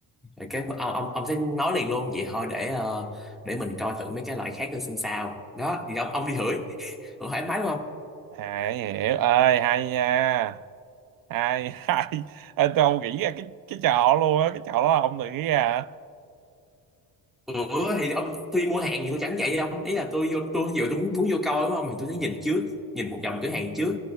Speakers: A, in the centre; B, on the right (about 60°).
A: Rồi cái ông ông ông sẽ nói liền luôn vậy thôi để ờ, để mình coi thử mấy cái loại khác nữa xem sao đó thì ông ông đi thử <laughs> thoải mái đúng không
B: à, hiểu ơi hay nha hay <laughs> hay Ê, tôi không nghĩ ra cái cái trò luôn á cái trò đó là ông tự nghĩ ra
A: Ủa thì ông tôi mua hàng thì tôi chẳng vậy đâu ý là tôi vô tôi vừa tôi muốn, muốn vô coi đúng không thì tôi thấy nhìn trước nhìn một vòng cửa hàng trước